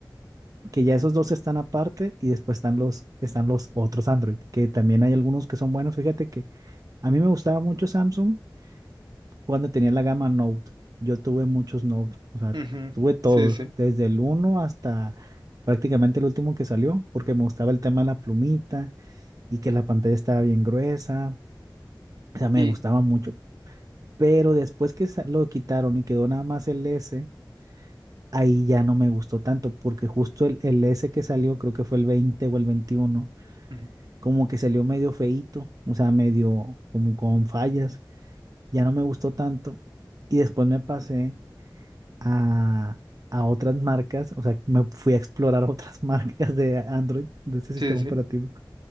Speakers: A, on the right; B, on the right.
A: que ya esos dos están aparte y después están los, están los otros Android, que también hay algunos que son buenos. Fíjate que a mí me gustaba mucho Samsung cuando tenía la gama Note. Yo tuve muchos Note, o sea,
B: Ujú,
A: tuve todos,
B: Sí, sí.
A: desde el uno hasta prácticamente el último que salió, porque me gustaba el tema de la plumita y que la pantalla estaba bien gruesa, o sea, me
B: Y
A: gustaba mucho. Pero después que sa- lo quitaron y quedó nada más el S, ahí ya no me gustó tanto, porque justo el, el S que salió, creo que fue el 20 o el 21,
B: ujú,
A: como que salió medio feíto, o sea, medio como con fallas, ya no me gustó tanto. Y después me pasé a, a otras marcas, o sea, me fui a explorar otras <laughs> marcas de Android, de ese sistema
B: sí, sí.
A: operativo,